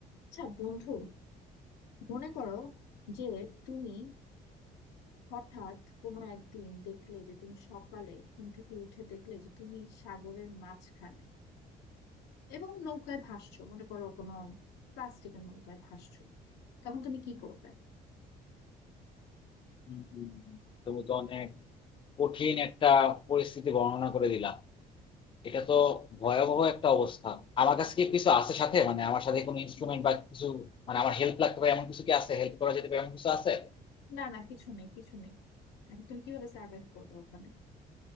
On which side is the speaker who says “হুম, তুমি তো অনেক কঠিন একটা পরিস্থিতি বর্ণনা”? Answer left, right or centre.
Left